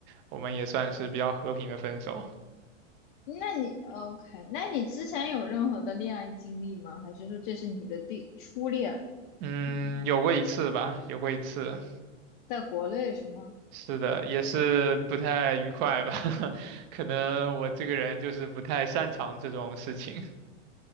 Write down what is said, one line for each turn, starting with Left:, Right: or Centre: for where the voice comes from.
Right: 我们也算是比较和平的分手。
Left: 那你 OK？那你之前有任何的恋爱经历吗？还是说这是你的第初恋？
Right: 嗯，
Left: 嗯，
Right: 有过一次吧，有过一次。
Left: 在国内是吗？
Right: 是的，也是不太愉快吧，<laughs> 可能我这个人就是不太擅长这种事情。